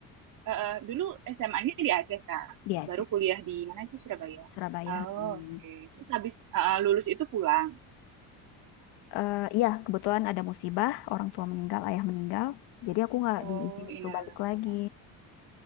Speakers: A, on the right; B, on the left.
A: eh, dulu SMA-nya di Aceh kak
B: di Aceh,
A: baru kuliah di mana itu Surabaya
B: Surabaya.
A: oh,
B: Hmm.
A: oke terus habis eh, lulus itu pulang
B: Eh, iya, kebetulan ada musibah, orang tua meninggal, ayah meninggal. Jadi aku nggak
A: oh
B: diizinin
A: innalillahi
B: tuh balik lagi.